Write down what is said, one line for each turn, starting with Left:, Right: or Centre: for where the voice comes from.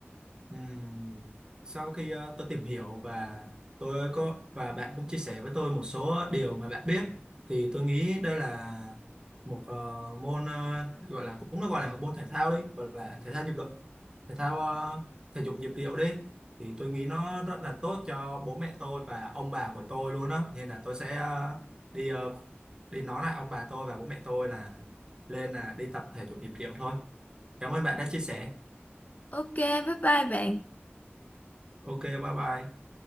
Right: Ừm, Sau khi ờ, tôi tìm hiểu và tôi có và bạn cũng chia sẻ với tôi một số điều mà bạn biết thì tôi nghĩ đây là một ờ, môn ờ, gọi là cũng nó gọi là một môn thể thao đi gọi là thể thao nhịp độ thể thao ờ, thể dục nhịp điệu đi thì tôi nghĩ nó rất là tốt cho bố mẹ tôi và ông bà của tôi luôn đó nên là tôi sẽ ờ, đi ờ, đi nói lại ông bà tôi và bố mẹ tôi là lên là đi tập thể dục nhịp điệu thôi cảm ơn bạn đã chia sẻ
Left: ok bye bye bạn
Right: ok bye bye